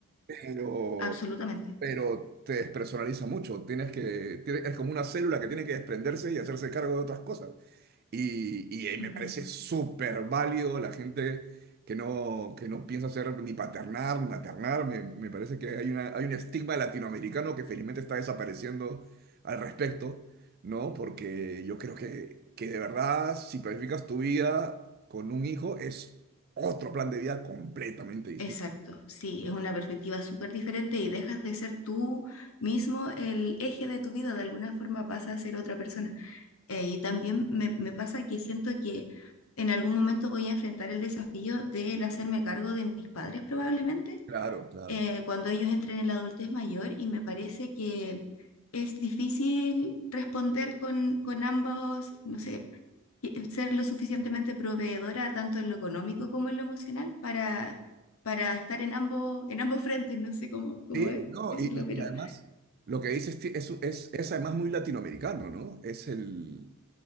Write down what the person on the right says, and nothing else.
Pero,
pero te despersonaliza mucho. Tienes que, tiene- es como una célula que tiene que desprenderse y hacerse cargo de otras cosas. Y, y eh, me
parece súper válido la gente que no, que no piensa ser ni paternar ni maternar. Me, me parece que hay una, hay un estigma latinoamericano que felizmente está desapareciendo al respecto, ¿no? Porque yo creo que, que de verdad, si planificas tu vida con un hijo, es otro plan de vida completamente distinto.
Claro, claro.
Sí,
no,
y, y-
y además lo que dices ti- es, es, es además muy latinoamericano, ¿no? Es el,